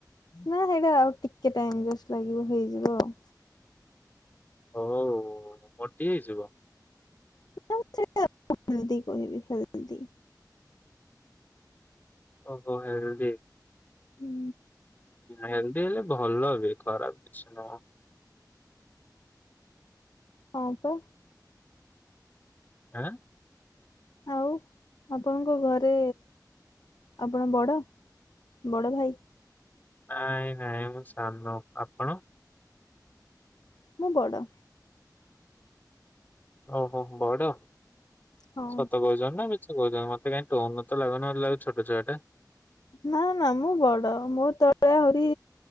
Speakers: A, on the left; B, on the left.
A: ନା ସେଇଟା ଆଉ ଟିକେ ଟାଇମ ଜଷ୍ଟ ଲାଗିବ ହେଇଯିବ ଆଉ
B: ହଉ ମୋଟି ହେଇଯିବ।
A: ହ ସେଇଟା ହେଲଦି କହିବେ ହେଲଦି।
B: ଓହୋ ହୋ ହେଲଦି।
A: ହୁଁ
B: ହେଲଦି ହେଲେ ଭଲ ବି ଖରାପ କିଛି ନୁହଁ।
A: ହଁ ପା।
B: ଆଁ।
A: ଆଉ ଆପଣଙ୍କ ଘରେ ଆପଣ ବଡ଼ ବଡ଼ ଭାଇ।
B: ନାଇଁ ନାଇଁ ମମୁଁ ସାନ ଆପଣ?
A: ମୁଁ ବଡ଼।
B: ଓହୋ ବଡ।
A: ହଁ
B: ସତ କହୁଚ ନା ମିଛ। ହୁଛନ୍ତି ମତେ କାଇଁ ଟୋନରୁ ତ ଲାଗୁଛି ଛୋଟ ଛୁଆଟା
A: ନା ନା ମୁଁ ବଡ ମୋ ତଳେ ଆହୁରି